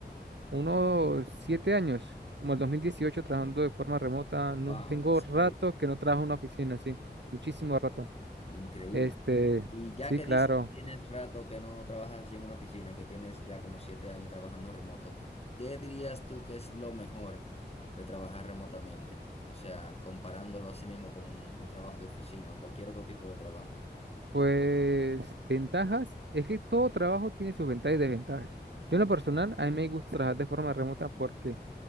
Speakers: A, on the right (about 80°); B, on the left (about 35°).
A: unos siete años, como el 2018 trabajando de forma remota. No,
B: Wow,
A: tengo
B: en serio.
A: rato que no trabajo en una oficina, sí, muchísimo rato.
B: Increíble.
A: Este,
B: Y ya
A: sí,
B: que
A: claro.
B: dices que tienes rato que no trabajas así en una oficina y que tienes ya como siete años trabajando remoto, ¿qué dirías tú que es lo mejor de trabajar remotamente? O sea, comparándolo así mismo con un, un trabajo de oficina o cualquier otro tipo de trabajo.
A: Pues ventajas, es que todo trabajo tiene sus ventajas y desventajas. Yo en lo personal, a mí me gusta trabajar de forma remota porque,